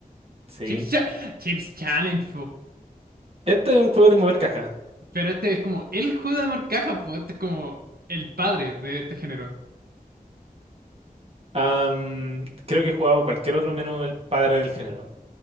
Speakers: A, on the right (about 40°); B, on the right (about 85°).
A: Sí.
B: Chips, Cha- Chips Challenge,
A: Este es un juego de mover cajas.
B: Pero este es como el juego de marcajas, pues este es como el padre de este género.
A: Am, creo que he jugado cualquier otro menos el padre del género.